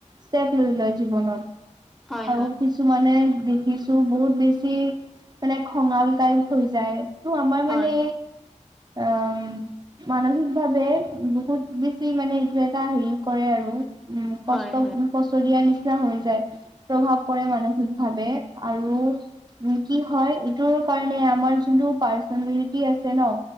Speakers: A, on the right; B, in the centre.
A: ষ্টেপ লৈ লয় জীৱনত।
B: হয় হয়
A: আৰু কিছুমানে দেখি ছো বহুত বেছি মানে খঙাল টাইপ হৈ যায়। তো আমাৰ
B: হয়
A: মানে উম মানসিকভাৱে বহুত বেছি মানে এইটো এটা হেৰি কৰে আৰু। উম কষ্ট
B: হয় হয় হয় হয়
A: কষ্ট দিয়া নিচিনা হৈ যায়, প্ৰভাৱ পৰে মানসিক ভাৱে- আৰু উম কি হয় এইটোৰ কাৰণে আমাৰ যোনটো পাৰ্চনেলিটি আছে ন।